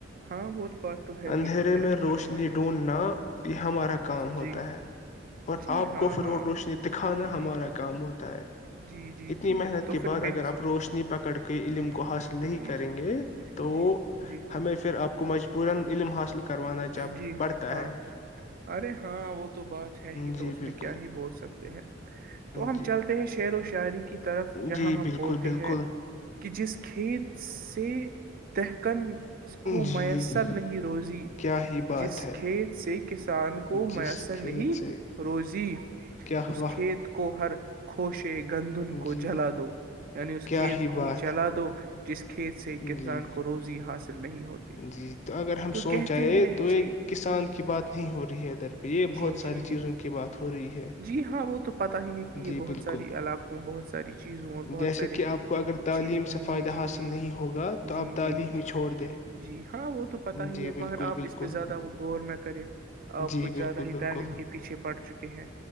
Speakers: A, on the right; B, on the left.
A: ہاں وہ بات تو ہے
B: اندھیرے
A: ہی تو کیا
B: میں
A: ہی
B: روشنی
A: کر سکتے
B: ڈھونڈنا یہ ہمارا کام ہوتا
A: جی
B: ہے اور
A: جی
B: آپ
A: ہاں
B: کو فرغ
A: ہاں
B: روشنی دکھانا
A: جی
B: ہمارا کام ہوتا ہے
A: جی جی
B: اتنی
A: جی
B: محنت
A: تو
B: کے
A: پھر
B: بعد
A: میں
B: اگر اپ روشنی پکڑ کے علم
A: جی جی
B: کو حاصل نہیں
A: جی
B: کریں گے تو
A: جی جی
B: ہمیں پھر اپ کو مجبورا علم حاصل کروانا چاہ
A: جی ہاں
B: ہے
A: ارے ہاں وہ تو بات ہے ہی
B: جی
A: تو اس
B: بالکل
A: میں کیا ہی بول سکتے ہیں تو ہم
B: جی
A: چلتے ہیں شیر و ش چاری <unintelligible> کی طرف جہاں
B: جی
A: ہم
B: بالکل
A: بولتے
B: بالکل
A: ہیں کہ جس کھیت سے دکن کو
B: جی
A: میسر نہیں روزی
B: کیا ہی بات
A: جس
B: ہے
A: کھیت سے کسان کو
B: جس
A: میسر
B: کھیت
A: نہیں
B: سے
A: روزی
B: کیا
A: اس
B: ہوا
A: کھیت کو ہر خوش گندن کو
B: جی
A: جلا دو یعنی اس
B: کیا
A: کھیت کو
B: بات
A: ہی جلا دو جس کے کھیت سے
B: ہے
A: ایک انسان
B: جی
A: کو روزی حاصل نہیں ہوتی
B: جی تو اگر ہم سون
A: کہتے
B: چاہ
A: ہیں
B: تو
A: جی
B: ایک کسان کی بات نہیں ہو رہی ہے ادھر پہ یہ
A: جی
B: بہت ساری
A: جی جی
B: چیزوں کی بات ہو رہی ہے
A: جی ہاں وہ تو پتا ہی ہے کہ یہ
B: جی
A: بہت
B: بالکل
A: ساری علاقوں بہت ساری چیزوں اور بہت
B: جیسے
A: سارے
B: کہ آپ کو اگر تعلیم
A: چیز
B: سے فائدہ
A: جی جی
B: حاصل نہیں ہوگا تو
A: جی
B: آپ تعلیم
A: جی جی
B: ہی چھوڑ دیں
A: جی ہاں وہ تو پتہ ہی
B: جی
A: ہے
B: بالکل
A: مگر آپ
B: بالکل
A: اس پہ زیادہ وہ غور نہ کرے آپ
B: جی
A: کچھ
B: بالکل
A: زیادہ ہی
B: بالکل
A: تعلیم کے پیچھے پڑ چکے ہیں